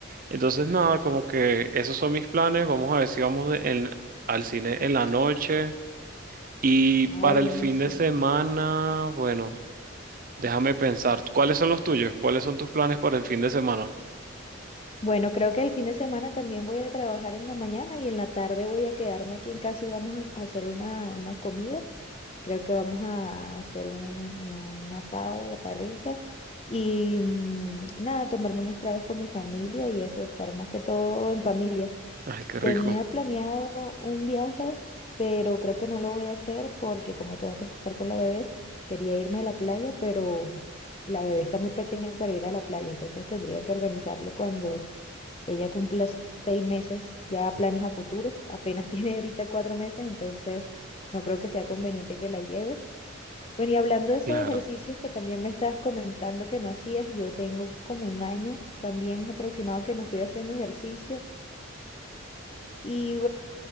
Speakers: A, on the right; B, on the left.
A: Entonces, nada, como que esos son mis planes. Vamos a ver si vamos de- en- al cine en la noche. Y
B: Ay,
A: para
B: buenísimo.
A: el fin de semana, bueno, déjame pensar, ¿cuáles son los tuyos? ¿Cuáles son tus planes para el fin de semana?
B: Bueno, creo que el fin de semana también voy a trabajar en la mañana y en la tarde voy a quedarme aquí en casa y vamos a a hacer una, una comida. Creo que vamos a hacer un, un asado, la parrilla y mm, nada, tomarme unos tragos con mi familia y eso, estar más que todo en familia.
A: Ay, qué
B: Tenía
A: rico,
B: planeado un viaje, pero creo que no lo voy a hacer porque como tengo que estar con la bebé, quería irme a la playa, pero la bebé está muy pequeña para ir a la playa, entonces tendría que organizarlo cuando ella cumpla se- seis meses, ya planes a futuros, apenas <laughs> tiene ahorita cuatro meses, entonces no creo que sea conveniente que la lleve. Bueno, y hablando de esos
A: claro.
B: ejercicios que también me estabas comentando que no hacías, yo tengo como un año también aproximado que no estoy haciendo ejercicio. Y